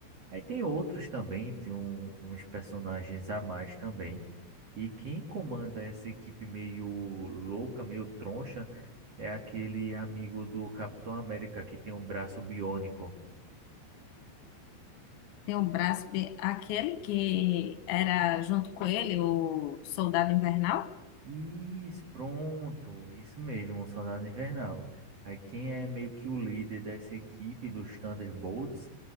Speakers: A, on the right; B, on the left.
A: aí tem outros também, tem um- uns personagens a mais também. E quem comanda essa equipe meio louca, meio troncha, é aquele amigo do Capitão América que tem um braço biônico.
B: Tem o braço, de- aquele que era junto com ele, o Soldado Invernal?
A: Isso, pronto, isso mesmo, o Soldado Invernal. Aí quem é meio que o líder dessa equipe dos Thunderbolts